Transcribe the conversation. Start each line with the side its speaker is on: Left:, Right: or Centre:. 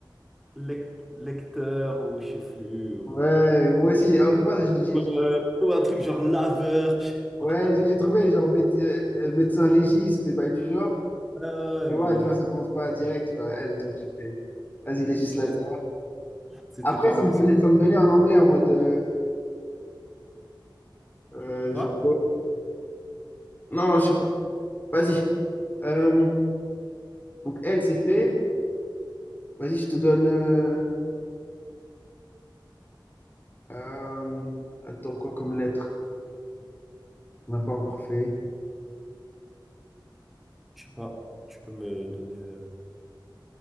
Centre: lec- lecteur ou je sais plus. Ou,
Left: Ouais, moi aussi, j'ai. ah, au départ, j'ai- j'ai-
Centre: ou, euh, ou un truc genre laveur, je sais
Left: ouais,
Centre: pas.
Left: j'ai j'ai trouvé genre mé- euh, euh, médecin légiste ou des bails du genre.
Centre: Ah
Left: Et ouais,
Centre: ouais,
Left: tu vois, ça commence pas direct. tu vois, elle, donc j'ai fait. Vas-y, législateur.
Centre: mais ouais, non, c'était
Left: Après,
Centre: pas
Left: ça
Centre: bon.
Left: me venait,
Centre: c'est-
Left: ça me venait en anglais en mode. euh, Euh,
Centre: Quoi?
Left: genre, non, je sais pas. Vas-y. Euh, donc, elle, c'est fait. Vas-y, je te donne. euh, euh, attends, quoi comme lettre? On n'a pas encore fait.
Centre: Je sais pas. Tu peux me donner euh,